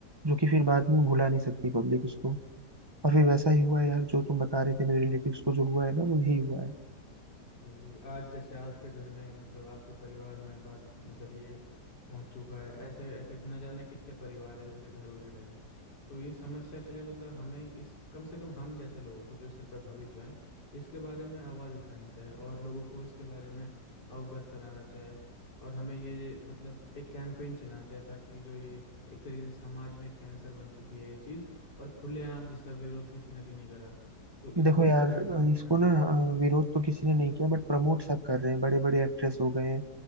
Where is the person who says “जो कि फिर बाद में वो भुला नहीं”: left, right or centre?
Right